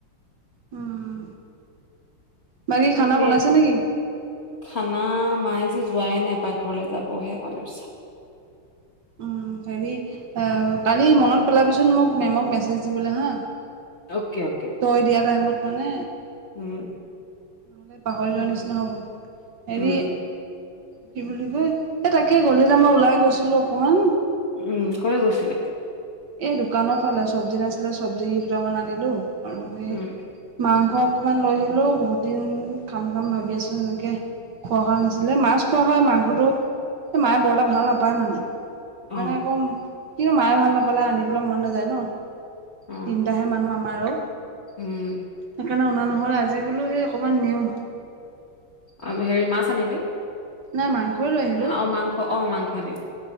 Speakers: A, on the right (about 60°); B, on the left (about 40°).
A: উম। বাকী
B: তাকে
A: খানা বনাইছে নে কি?
B: খানা মায়ে যে যোৱাই নাই পাকঘৰলে, যাবহে অলপ পিছত।
A: উম, হেৰি কালি মনত পেলাবিচোন মোক মেমক মেছেজ দিবলে হা।
B: Okay, okay.
A: থৈ দিয়া টাইমত মানে
B: উম।
A: নহ'লে পাহৰি
B: দিব
A: যোৱাৰ নিচিনা
B: লাগিব
A: হ'ব। হেৰি
B: উম
A: কি বুলি কয়, এ তাকে গধূলি টাইমত ওলাই গৈছিলোঁ অকমান।
B: উম, কলে গৈছিলি?
A: এই দোকানৰ ফালে, চব্জি নাছিলে চব্জি দুটামান আনিলোঁ, আৰু সেই
B: উম
A: মাংস অকণমান লৈ আহিলোঁ, বহুত দিন খাম-খাম ভাবি আছোঁ এনেকে খোৱা হোৱা নাছিলে, মাছ খোৱা হয় মাংসটো, মায়ে বৰএতা ভাল নাপায় মানে। সেইকাৰণে
B: অ
A: আকৌ কিন্তু মায়ে ভাল নাপালে আনিবলৈ মন নাযায় ন।
B: অ
A: তিনটাহে মানুহ আমাৰ আৰু।
B: উম।
A: সেইকাৰণে অনা নহ'লে আজি বোলোঁ সেই অকণমান নিওঁ।
B: অ' হেৰি মাছ আনিলি?
A: নাই মাংসই লৈ আহিলোঁ।
B: অ মাংস অ মাংস আনিলি